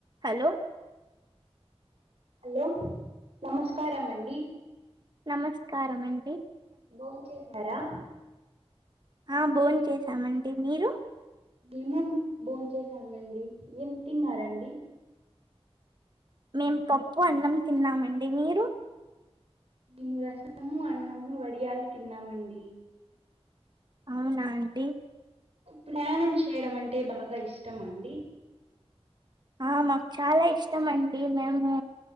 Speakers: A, on the right; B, on the right.
A: hello
B: hello నమస్కారమండీ
A: నమస్కారమండి
B: phone చేసారా
A: ఆ భోన్ చేసామండి మీరు
B: మేము భోచేసామండి ఏం తిన్నారండి
A: మేము పప్పు అన్నం తిన్నామండి మీరు
B: మేము రసము అన్నము వడియాలు తిన్నామండి
A: అవునా అండి
B: ప్రయాణం చేయడం అంటే బాగా ఇష్టమా అండి
A: ఆ మాకు చాలా ఇష్టం అండి మేము